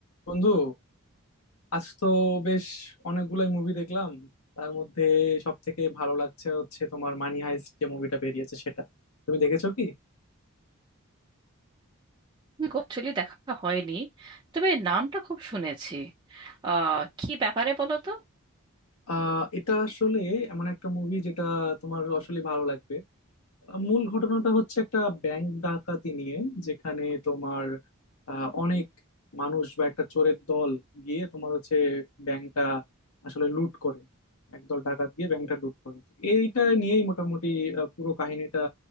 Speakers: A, on the left; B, on the right.
A: বন্ধু আজ তো বেশ অনেকগুলাই মুভি দেখলাম তার মধ্যে সব থেকে ভালো লাগছে হচ্ছে তোমার মানি হাইস্ট যে মুভিটা বেরিয়েছে সেটা তুমি দেখেছো কি
B: Actually দেখা হয়নি তবে নামটা খুব শুনেছি আহ কি ব্যাপারে বলো তো
A: আহ এটা আসলে এমন একটা মুভি যেটা তোমার আসলে ভালো লাগবে মূল ঘটনাটা হচ্ছে একটা ব্যাংক ডাকাতি নিয়ে যেখানে তোমার আহ, অনেক মানুষ বা একটা চোরের দল গিয়ে তোমার হচ্ছে ব্যাংকটা আসলে লুট করে একদল ডাকাত গিয়ে ব্যাংকটা লুট করে তো এইটা নিয়েই মোটামুটি আহ, পুরো কাহিনীটা